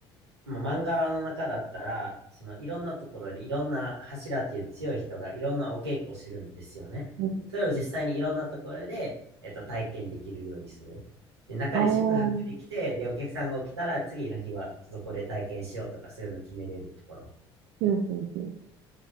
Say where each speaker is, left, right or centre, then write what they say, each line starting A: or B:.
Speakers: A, on the right; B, on the right.
A: もう漫画の中だったら、そのいろんなところでいろんな柱っていう強い人がいろんなお稽古をしてるんですよね。
B: うん。
A: それを実際にいろんなところで、えっと、体験できるようにする。で、中で宿泊できて、
B: ああ。うん。
A: で、お客さんが起きたら次の日はそこで体験しようとかそういうのを決めれるところ。
B: うん。うん。